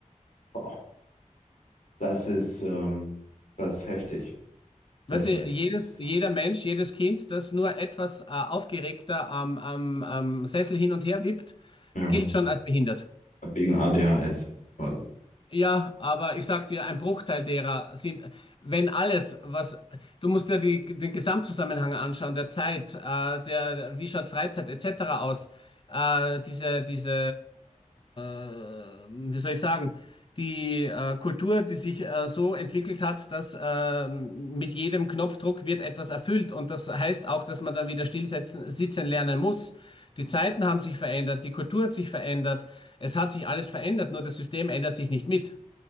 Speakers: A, on the left; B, on the left.
A: boah, das ist, ähm, das ist heftig.
B: Weißt
A: Das
B: du,
A: ist,
B: jedes, jeder Mensch, jedes Kind, das nur etwas äh, aufgeregter am, am, am Sessel hin und her wippt,
A: ja,
B: gilt schon als behindert.
A: wegen ADHS quasi.
B: Ja, aber ich sag dir, ein Bruchteil derer sind, wenn alles, was, du musst dir die, den Gesamtzusammenhang anschauen, der Zeit, äh, der, wie schaut Freizeit etc. aus, äh, diese, diese, äh, wie soll ich sagen, die äh, Kultur, die sich äh, so entwickelt hat, dass äh, mit jedem Knopfdruck wird etwas erfüllt und das heißt auch, dass man dann wieder stillsetzen, sitzen lernen muss. Die Zeiten haben sich verändert, die Kultur hat sich verändert. Es hat sich alles verändert, nur das System ändert sich nicht mit.